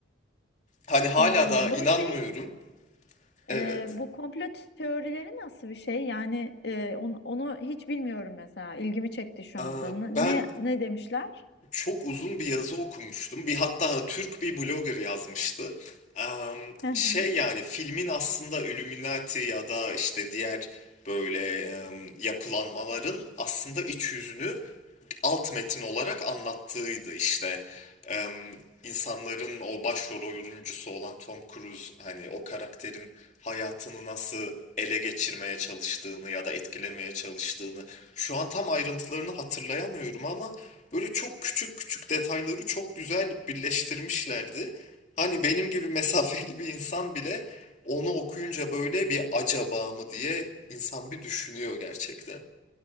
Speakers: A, on the left; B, on the left.
A: Hani hala
B: Hmm,
A: da inanmıyorum.
B: bu şey
A: Evet.
B: Ee, bu komplo teorileri nasıl bir şey? Yani e, onu, onu hiç bilmiyorum mesela. İlgimi çekti şu
A: Aa,
B: anda. Ne
A: ben
B: ne, ne demişler?
A: çok uzun bir yazı okumuştum. Bir hatta Türk bir blogger yazmıştı. Am,
B: <laughs>
A: şey yani filmin aslında Illuminati ya da işte diğer böyle em, yapılanmaların aslında iç yüzünü alt metin olarak anlattığıydı işte. Em, insanların o başrol oyuncusu olan Tom Cruise hani o karakterin hayatını nasıl ele geçirmeye çalıştığını ya da etkilemeye çalıştığını şu an tam ayrıntılarını hatırlayamıyorum ama böyle çok küçük küçük detayları çok güzel birleştirmişlerdi. Hani benim gibi mesafeli bir insan bile onu okuyunca böyle bir acaba mı diye insan bir düşünüyor gerçekten.